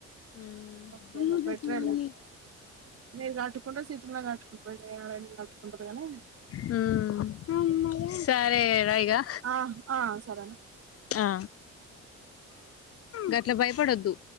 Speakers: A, on the left; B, on the right.
A: ఆ
B: ఓకేలే బెటరేలే
A: అదే
B: మీరు దట్టుకుంటారు సీతులా కట్టుకుంటారు మీ ఆడ కట్టుకుంటారు గానీ
A: మ్మ్ సరే రైగా
B: ఆహ్ ఆ సరేన
A: ఆ గట్లా భయపడొద్దు